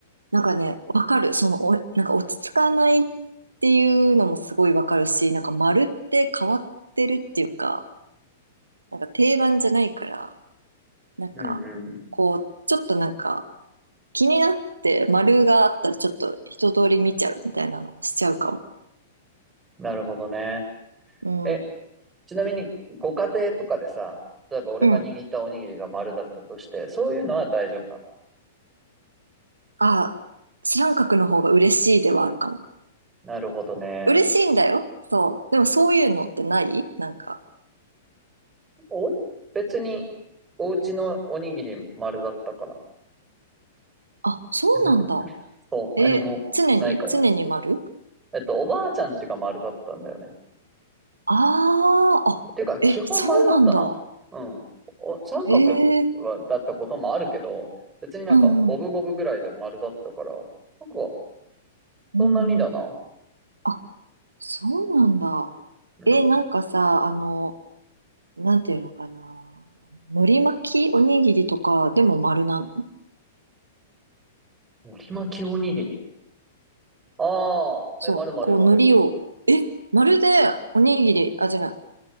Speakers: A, on the right; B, on the right.
A: なんかね、わかる。その、お、なんか落ち着かないっていうのもすごいわかるし、なんか丸って変わってるっていうか、なんか定番じゃないから、なんか、
B: うんうん。
A: こう、ちょっとなんか気になって丸があったらちょっと一通り見ちゃうみたいなのはしちゃうかも。
B: なるほどね。
A: うん。
B: え、ちなみに、ご家庭とかでさ、例えば俺が握ったおにぎりが丸だったとして、
A: うん。
B: そういうのは大丈夫なの
A: あ、知らん角の方が嬉しいではあるかも。
B: なるほどね。
A: 嬉しいんだよ。そう。でもそういうのってないなんか、
B: お、別に、お家のおにぎり丸だったから。
A: あ、そうなんだ。
B: <laughs> そう、
A: え、
B: 何もないかも。
A: 常に常に丸
B: えっと、おばあちゃん家が丸だったんだよね。
A: ああ、あ、
B: ていうか、基本丸だったな。
A: え、そうなんだ。
B: うん。お三角は、
A: ええ
B: だったこともあるけど、別になんか五分五分ぐらいで丸だったから、
A: うんうん、
B: なんか、
A: うんうん。
B: そんなにだな。
A: あ、そうなんだ。
B: うん。
A: え、なんかさ、あの、なんていうのかな。海苔巻きおにぎりとかでも丸なの
B: 海苔巻きおにぎり。ああ、
A: そう、
B: え、丸丸丸。
A: こう海苔を、え、丸でおにぎり、あ、じゃない、